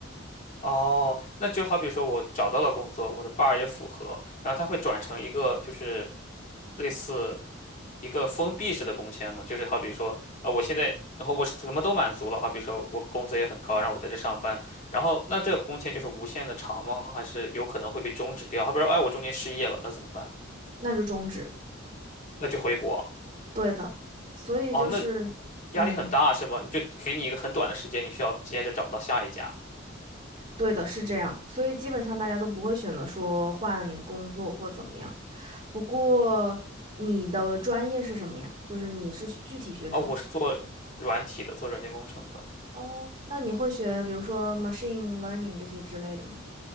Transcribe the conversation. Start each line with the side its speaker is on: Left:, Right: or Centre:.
Left: 哦，那就好比说我找到了工作，我的 bar 也符合，然后他会转成一个就是类似。一个封闭式的工签嘛，就是好比说，啊、我现在，然后我什么都满足了，好比说我工资也很高，然后我在这上班，然后那这个工签就是无限的长吗？还是有可能会被终止掉？好比说，哎，我中间失业了，那怎么办呢？
Right: 那就终止。
Left: 那就回国啊。
Right: 对的，所以就是嗯，
Left: 哦，那压力很大是吧？你就给你一个很短的时间，你需要接着找到下一家。
Right: 对的，是这样。所以基本上大家都不会选择说换工作或怎么样。不过你的专业是什么呀？就是你是具体学什么的？
Left: 啊、我是做软体的，做软件工程的。
Right: 哦，那你会学比如说 machine learning 这些之类的吗？